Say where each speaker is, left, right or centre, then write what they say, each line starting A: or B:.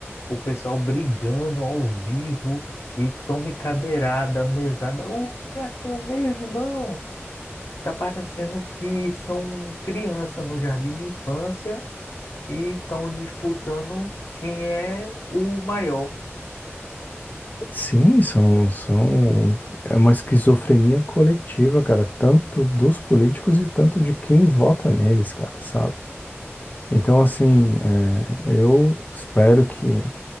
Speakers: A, on the left; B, on the left.
A: O pessoal brigando ao vivo e tome cadeirada, mesada. O que é assim seu meu irmão? Tá parecendo que são criança no jardim de infância e estão disputando quem é o maior.
B: Sim, são, são... É uma esquizofrenia coletiva, cara, tanto dos políticos e tanto de quem vota neles, cara, sabe? Então, assim, é, eu espero que